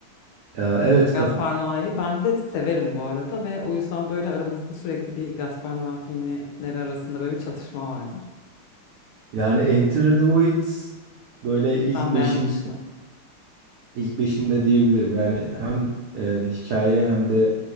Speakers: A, on the right; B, on the left.
A: Ya,
B: Ee,
A: evet
B: Gaspar
A: kafa.
B: Noé'yi. Ben de severim bu arada ve o yüzden böyle aramızda sürekli bir Gaspar Noé filmleri arasında böyle bir çatışma vardır.
A: Yani Enter the Void böyle ilk
B: Ben
A: beşim
B: beğenmiştim.
A: ilk beşimde diyebilirim. Yani hem e, hikaye hem de